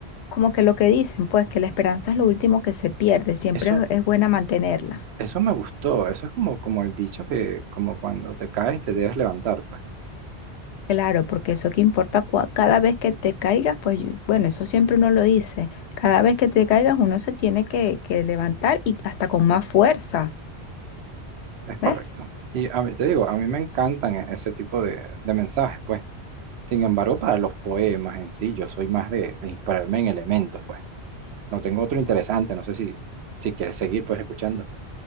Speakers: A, on the left; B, on the right.
A: como que lo que dicen, pues que la esperanza es lo último que se pierde, siempre
B: Eso,
A: es es buena mantenerla.
B: eso me gustó, eso es como, como el dicho que, como cuando te caes te debes levantar, pues,
A: Claro, porque eso que importa, cua- cada vez que te caigas, pues yo- bueno, eso siempre uno lo dice, cada vez que te caigas uno se tiene que, que levantar y hasta con más fuerza,
B: es correcto.
A: ¿ves?
B: Y a mí, te digo, a mí me encantan e- ese tipo de, de mensajes, pues. Sin embargo, para los poemas en sí, yo soy más de, de inspirarme en elementos, pues. No tengo otro interesante, no sé si, si quieres seguir, pues, escuchando.